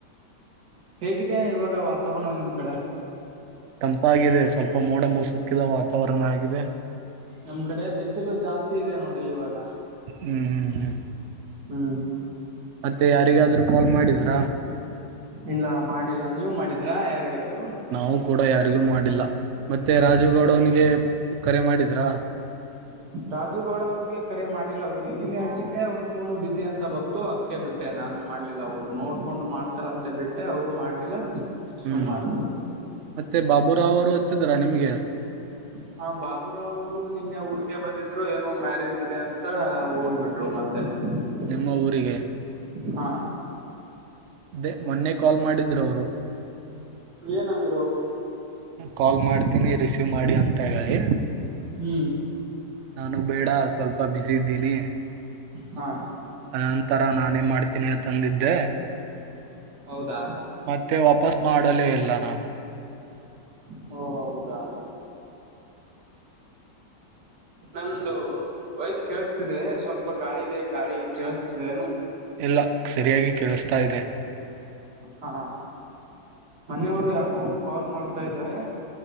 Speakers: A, on the right (about 65°); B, on the right (about 85°).
A: ಹೇಗಿದೆ ಇವಾಗ ವಾತಾವರಣ ನಿಮ್ ಕಡೆ.
B: ತಪ್ಪಾಗಿದೆ ಸ್ವಲ್ಪ ಮೋಡ ಮುಸುಕಿದ ವಾತಾವರಣ ಆಗಿದೆ.
A: ನಮ್ ಕಡೆ ಬಿಸಿಲು ಜಾಸ್ತಿ ಇದೆ ನೋಡಿ ಇವಾಗ
B: ಹ್ಮ್ ಹ್ಮ್ ಹ್ಮ್.
A: ಹ್ಮ್.
B: ಮತ್ತೆ ಯಾರಿಗಾದ್ರೂ ಕಾಲ್ ಮಾಡಿದ್ರಾ.
A: ಇಲ್ಲ ಮಾಡಿಲ್ಲ ನೀವು ಮಾಡಿದ್ರಾ ಯಾರಿಗಾದ್ರು.
B: ನಾವು ಕೂಡ ಯಾರಿಗೂ ಮಾಡಿಲ್ಲ ಮತ್ತೆ ರಾಜುಗೌಡ ಅವನಿಗೆ ಕರೆ ಮಾಡಿದ್ರಾ. <inaudible>
A: ರಾಜುಗೌಡ ಅವ್ರಿಗೆ ಕರೆ ಮಾಡಿಲ್ಲ ಅವ್ರಿಗೆ ನಿನ್ನೆ ಹಚ್ಚಿದ್ದೆ ಅವ್ರ ಫೋನು ಬಿಸಿ ಅಂತ ಬತ್ತು ಅದಕ್ಕೆ ಬಿಟ್ಟು. ಮಟ್ಟೆ ನಾನು ಮಾಡ್ಲಿಲ್ಲ ಅವ್ರು ನೋಡ್ಕೊಂಡು ಮಾಡ್ತಾರಂತೆ ಬಿಟ್ಟೆ ಅವ್ರು ಮಾಡ್ಲಿಲ್ಲ
B: ಹ್ಮ್
A: ಸುಮ್ಮಿಲ್ಲ.
B: ಮತ್ತೆ ಬಾಬುರಾವ್ ಅವರು ಹಚ್ಚಿದ್ರಾ ನಿಮ್ಗೆ.
A: ಹಾ ಬಾಬುರಾವ್ರು ನಿನ್ನೆ ಊರ್ಗೆ ಬಂದಿದ್ರು ಏನೋ ಮ್ಯಾರೇಜ್ ಇದೆ ಅಂತ ಹೋಗ್ಬಿಟ್ರು ಮತ್ತೆ. ತ್ತ.
B: ನಿಮ್ಮ ಊರಿಗೆ.
A: ಹಾ
B: ಅದೇ ಮೊನ್ನೆ ಕಾಲ್ ಮಾಡಿದ್ರು ಅವರು
A: ಏನಂದರು.
B: ಕಾಲ್ ಮಾಡ್ತೀನಿ ರಿಸೀವ್ ಮಾಡಿ ಅಂತ ಹೇಳಿ.
A: ಹ್ಮ್
B: ನಾನು ಬೇಡ ಸ್ವಲ್ಪ ಬಿಸಿ ಇದ್ದೀನಿ.
A: ಹಾ.
B: ಅದ ನಂತರ ನಾನೇನ್ ಮಾಡ್ತೀನಿ ಅಂತಂದಿದ್ದೆ.
A: ಹೌದಾ.
B: ಮತ್ತೆ ವಾಪಸ್ ಮಾಡಲೇ ಇಲ್ಲ ನಾನು.
A: ಹೌದಾ.
B: <inaudible>
A: ನಮ್ದ ವಯ್ಸ್ ಕೇಳಸ್ತಿದೆ ಸ್ವಲ್ಪ ಗಾಳಿ ಇದೆ ಗಾಳಿ ಕೇಳಸ್ತಿದೆ ನು.
B: ಎಲ್ಲ ಸರಿಯಾಗಿ ಕೇಳಿಸ್ತಾ ಇದೆ.
A: ಹಾ ಮನೆಯವ್ರು ಯಾಕೋ ಕಾಲ್ ಮಾಡ್ತಾ ಇದ್ದಾರೆ.